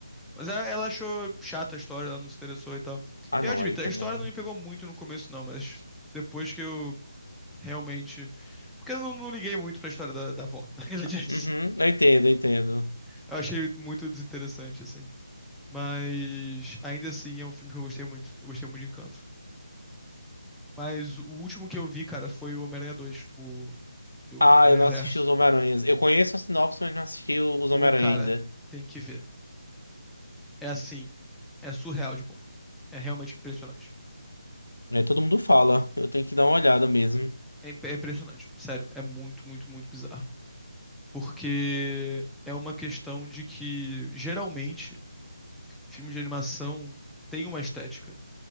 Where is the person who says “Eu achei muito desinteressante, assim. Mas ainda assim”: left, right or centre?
Centre